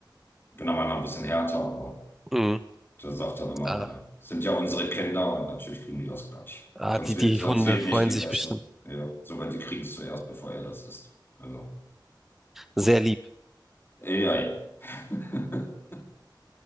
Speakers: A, on the left (about 25°); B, in the centre.
A: bin da manchmal ein bisschen härter, aber.
B: Mhm.
A: Da sagt er immer,
B: Ah,
A: ne, ne. Sind ja unsere Kinder und natürlich kriegen die das gleich.
B: ah,
A: Sonst
B: die,
A: wird,
B: die
A: sonst
B: Hunde
A: wird
B: freuen
A: nicht gegessen.
B: sich bestimmt.
A: Ja, sogar die kriegen es zuerst, bevor er das isst. Also,
B: Sehr lieb.
A: ja, ja. <laughs>